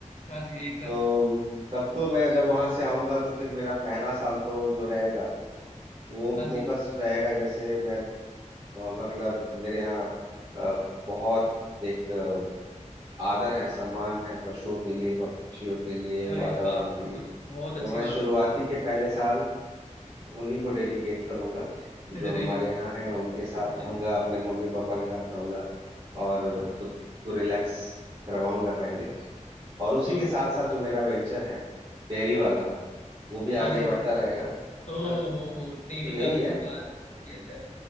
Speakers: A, on the left; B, on the right.
A: हाँ जी एकदम
B: तो तब तो मैं जब वहां से आऊंगा तो फिर मेरा पहला साल तो जो रहेगा वो
A: हाँ
B: फोकस
A: जी
B: रहेगा जैसे मैं अ, मतलब मेरे यहाँ अ, बहुत एक अ, आदर है सम्मान है पशुओं के लिए पक्षियों के लिए
A: अरे
B: वातावरण
A: वाह
B: के लिए
A: ये तो बहुत
B: तो
A: अच्छी
B: मैं
A: बात
B: शुरुआती
A: है
B: के पहले साल उन्हीं को डेडिकेट करूंगा
A: <laughs>
B: जो
A: अरे
B: हमारे
A: वाह
B: यहाँ हैं उनके साथ
A: ये
B: रहूंगा
A: तो
B: अपने मम्मी पापा के साथ रहूंगा और
A: ओके
B: खुद को रिलैक्स करवाऊंगा पहले और उसी
A: हाँ
B: के
A: okay।
B: साथ साथ जो मेरा वेंचर है डेयरी वाला वो भी
A: हाँ
B: आगे
A: जी
B: बढ़ता
A: हाँ
B: रहेगा
A: हो
B: है ना
A: हो हो डेयरी
B: तो यही
A: का भी
B: है
A: जो प्लान है वो भी अच्छा रहे